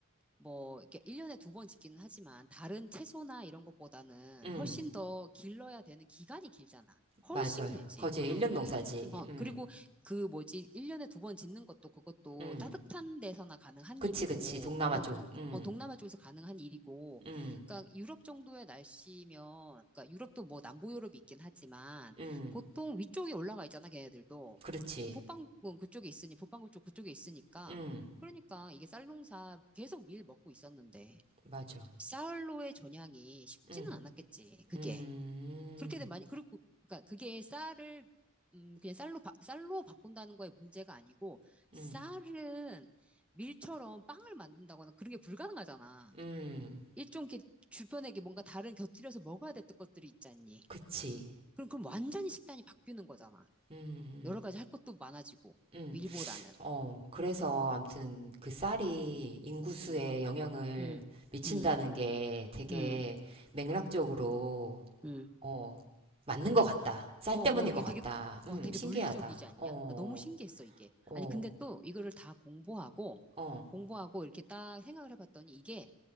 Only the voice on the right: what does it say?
음.
맞아요.
거제 일년
농사지.
음,
음.
그치,
그치. 동남아
쪽.
음,
음,
음.
그렇지.
음,
맞아.
음,
음,
음,
음.
그치.
음,
음.
음. 어, 그래서 암튼 그 쌀이 인구수에
영향을
미친다는
게 되게
맥락적으로,
어, 맞는 것 같다. 쌀
때문인
것 같다.
음,
신기하다.
어,
어,
어.